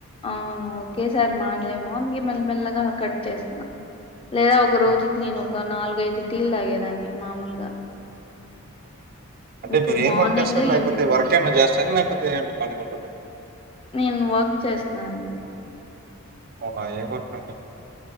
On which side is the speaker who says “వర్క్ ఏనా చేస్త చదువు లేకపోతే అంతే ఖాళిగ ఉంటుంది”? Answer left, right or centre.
Right